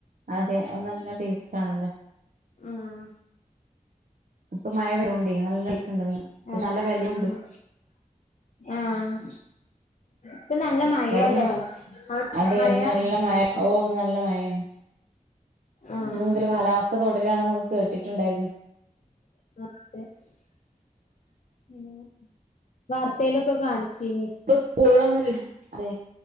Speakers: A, on the right; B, on the left.
A: അതെ അത് നല്ല ടേസ്റ്റ് ആണല്ലോ
B: ഉമ്
A: ഇപ്പൊ മഴ വരോ ണ്ട് നല്ല ടേസ്റ്റ്‌ ണ്ട് മീൻ പക്ഷേ
B: അതെ
A: നല്ല വെ ലീ ണ്ട്
B: ആഹ് ആഹ് പ്പ നല്ല മഴല്ലേ
A: ഇവിടന്ന്
B: അവിട് ക് ണ്ടോ
A: അതെ
B: മഴ
A: ഇന്ന് നല്ല മഴ ഓ ന്ന് നല്ല മയാണ്
B: ആഹ്
A: ന്ന് മുതൽ കാലാവസ്ഥ തുടരുകയാണെന്നൊക്കെ കേട്ടിട്ടുണ്ടായിരുന്നു
B: <unintelligible> വാ ർ ത്തെ ലൊക്കെ കാണിചീ നി
A: പ്പൊ സ്കൂളുകളൊന്നുംല്ല അതെ